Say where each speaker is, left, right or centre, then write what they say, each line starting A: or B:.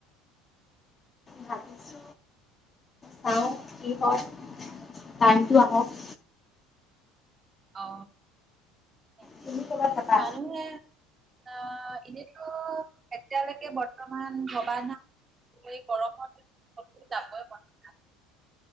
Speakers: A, on the left; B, on the right.
A: ভাবিছো চাও কি হয় কাৰেনটো আহক।
B: অ তাকে
A: তুমি ক'বাত যাবা
B: মানুহে। অ এনেতো এতিয়ালৈকে বৰ্তমান ভবা নাই। গৰমত জাবই প ত'